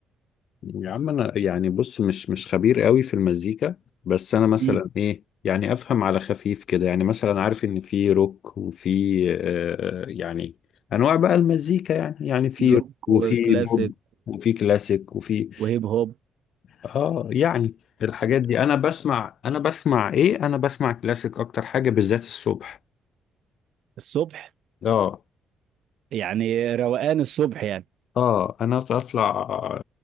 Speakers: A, on the left; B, on the right.
A: يا عم انا يعني بص مش مش خبير قوي في المزيكا بس انا مثلا
B: امم
A: ايه يعني افهم على خفيف كده يعني مثلا عارف ان في روك وفي آه يعني انواع بقى المزيكا يعني يعني في
B: روك
A: روك وفي
B: وكلاسيك
A: بوب وفي كلاسيك وفي
B: وهيب هوب
A: اه يعني الحاجات دي انا بسمع انا بسمع ايه انا بسمع كلاسيك اكتر حاجة بالذات الصبح
B: الصبح
A: اه
B: يعني روقان الصبح يعني
A: اه انا اطلع آه،